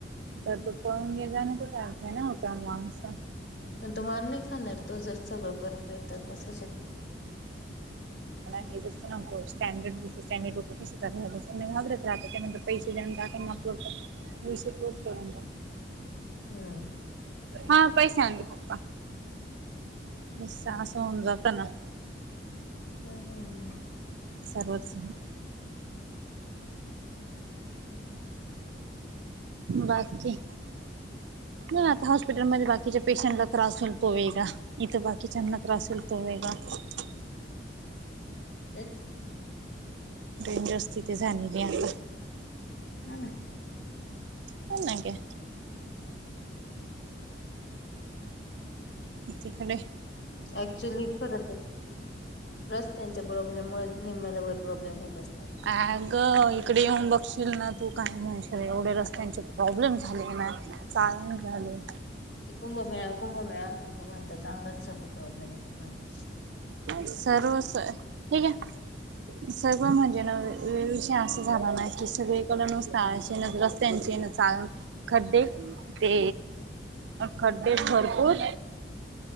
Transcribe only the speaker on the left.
पण तो मार नाही खाणार तो जर सगळं करतोय तर कस शक.
हम्म.
हम्म हम्.
ते
हा ना.
ऍक्च्युली खरच रस्त्यांच्या प्रॉब्लेम मुळेचं निम्म्याल्यावर प्रॉब्लेम होत. असणार.
ते कुंभमेळा कुंभमेळा म्हणता म्हणता चांगलाच सगळं प्रॉब्लेमॅटिक होऊन जाते.